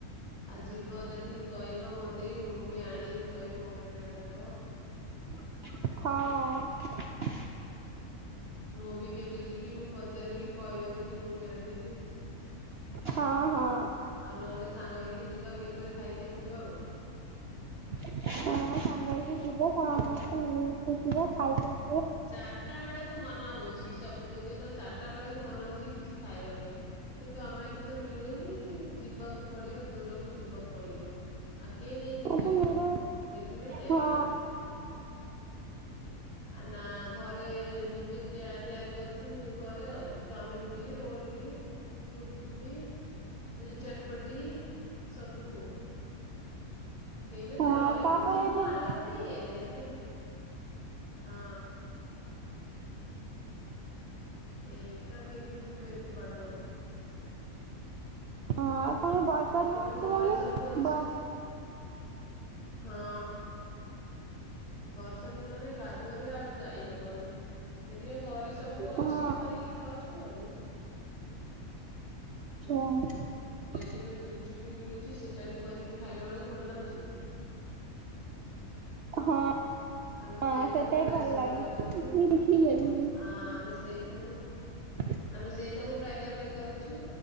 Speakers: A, on the left; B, on the right.
A: ଆଁ ଯିବ ଯଦି କହିବ ମତେ ବି ମୁଁ ବି ଆଣିବି। କହିବି ମୋର ବି ଆଣି ଦବ।
B: ହଁ।
A: ମୁଁ ବି କେବେ ଯିବି ମୁଁ ପଚାରିବି କହିବ ଯଦି ମୁଁ ବି ଆଣିଦେବି?
B: ହଁ ହଁ।
A: ଆଉ ନହେଲେ ସାଙ୍ଗ ହେଇକି ଯିବା କେବେ ଖାଇକି ଆସିବା ଆଉ।
B: ହଁ ସାଙ୍ଗ ହେଇକି ଯିବା
A: ଆଉ।
B: ସମ ସମସ୍ତେ ମିଳିମଶି ଯିବ ଖାଇକି ଆସି
A: ଚାରଟା ବେଳକୁ ମନେ ହଉଛି ସବୁ ଦିନ ଚାରିଟା ବେଳକୁ ମନ ହଉଛି କିଛି ଖାଇବା ପାଇଁ କିନ୍ତୁ ଆମ ଏଠି ତ ମିଳୁନି ଯିବାକୁ ପଡିବ ଦୂରକୁ ଯିବାକୁ ପଡି ପଡିବ ଆଉ କେ ନେଇକି
B: ଗୋଟେ
A: ଯିବ
B: ମେଢ
A: ସେଥିପାଇଁ ଯାଇପାରୁନି।
B: ହଁ
A: ନା ଘରେ ନିଜେ ତିଆ ତିଆରି କରୁଛୁ ଘରେ ଆଉ ଚାଉମିନ ବି ରୋଲ ବି। ଗୁପଚୁପ୍ ବି ଏ ଚଟ୍ ପଟି ସବୁ। କେ ଯଦି
B: ହଁ
A: ରହିବେ
B: ତାପରେ
A: ଯିବ
B: ଯୋଉ
A: ଆଣିବା ପାଇଁ ଏ ଏବେ। ହଁ। ଏ ଏକା କେମିତି ଯିବେ ଏତେ ବାଟକୁ?
B: ହଁ। ପୁଣି ବର୍ଷା
A: ସେଇଥିପାଇଁ
B: ଦିନ ଆସିଲାଣି
A: ଘରେ ସବୁ ଅଛି
B: ବ
A: ହଁ। ବର୍ଷା ଦିନରେ କାଦୁଅରେ ଆଉ ଯାଇ ହେବନି ସେଥିପାଇଁ ଘରେ ସ ସବୁ
B: ହଁ
A: ଅଛି କରିକି ଖାଉଛୁ ଆଉ।
B: ଆଛା।
A: ରେଦିମେଡ ଗୁପ୍ ଚୁପ୍ ବି ମିଳୁଛି ସେଇଟା ବି କରିକି ଖାଇଲା ବେଳକୁ ଭଲ ଲାଗୁଛି।
B: ହଁ।
A: ଆମେ
B: ହଁ
A: ସେଇଟାକୁ
B: ସେଇଟା ବି
A: ପ୍ରାୟ
B: ଭଲ
A: ସମୟରେ
B: ଲାଗେ।
A: କରୁଛୁ ଆ ଆମେ ସେଇଟାକୁ
B: ହ
A: ଆମେ ସେଇଟାକୁ ପ୍ରାୟ ଟାଇମ ରେ କରୁଛୁ